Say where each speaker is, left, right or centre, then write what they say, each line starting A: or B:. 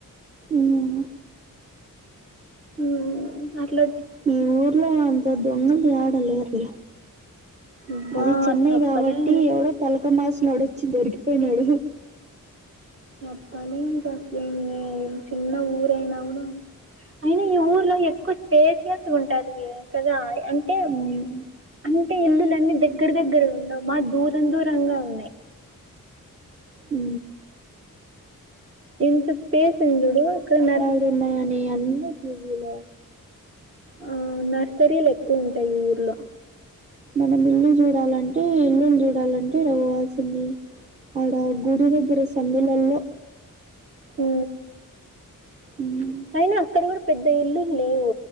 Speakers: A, on the right (about 20°); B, on the right (about 40°).
A: మ్మ్
B: ఊ అట్ల
A: ఈ ఊర్లో అంత దొంగల్ యాడ లేరులే.
B: అబ్బా
A: అది చెన్నై
B: చెప్పలే
A: కాబట్టి ఎవడో తలకమాసినోడొచ్చి దొరికిపోయినాడు.
B: అట్టనే ఇంక అసలేం లే చిన్న ఊరైనకూడ అయినా ఈ ఊర్లో ఎక్కువ స్పేసియస్ ఉంటాది వే కదా, అంటే
A: మ్మ్
B: అంటే ఇల్లులన్నీ దగ్గర దగ్గర ఉండవు మా దూరం దూరంగా ఉన్నయ్
A: ఊ
B: ఇంత స్పేస్ ఉంది చూడు ఇక్కడ నర్
A: ఉన్నా గానీ అన్ని పీజీ లే
B: ఆ నర్సరీలు ఎక్కువుంటాయ్ ఈ ఊర్లో
A: మనం ఇల్లు చూడాలంటే ఇల్లులు చూడాలంటే ఈడ పోవాల్సింది ఆడ గుడి దగ్గర సందులల్లో
B: ఊ
A: మ్మ్
B: అయినా అక్కడ కూడా పెద్ద ఇల్లులు లేవు